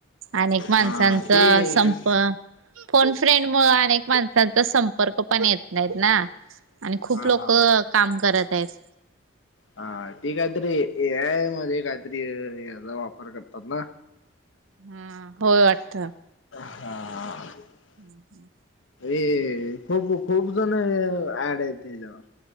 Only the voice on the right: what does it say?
अनेक माणसांचं
संप
फोन फ्रेंड मुळं अनेक माणसांचा संपर्क पण येत नाहीत ना आणि खूप
लोक
काम करत आहेत
हम् होय वाटत
हम्म हम्म